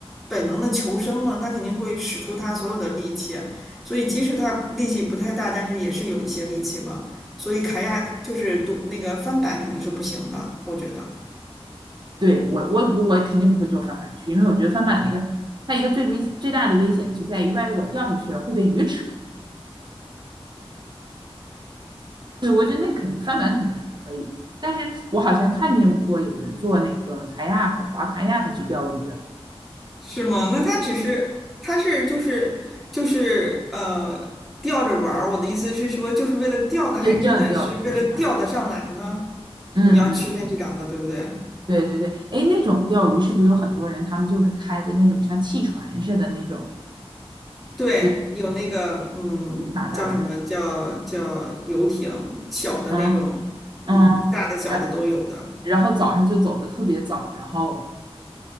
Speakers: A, in the centre; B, on the right (about 45°).
A: 本能的求生嘛，它肯定会使出它所有的力气，所以即使它力气不太大，但是也是有一些力气嘛。所以卡亚就是独那个翻板肯定是不行的，我觉得
B: 对，我我我肯定不会做翻板区，因为我觉得翻板那个它一个最危最大的危险就在于，万一我掉下去了会被鱼吃。对，我觉得那肯定翻板肯定是不可以。但是我好像看见过有人做那个凯亚 y a k 划 k a y 去钓鱼的，
A: 是吗？那它只是它是就是就是呃钓着玩儿，我的意思是说，就是为了钓呢，还是真的是为了钓得上来呢？
B: 真正钓鱼是吧？嗯嗯嗯，
A: 你要区分这两个，对不对？
B: 对对对。哎，那种钓鱼是不是有很多人他们就是开着那种像汽船似的那种，
A: 对，
B: 就
A: 有那个嗯，
B: 马达的，
A: 叫什么叫叫游艇，小的那种，
B: 嗯嗯，
A: 嗯，大的小的都有的。
B: 然然后早上就走的特别早，然后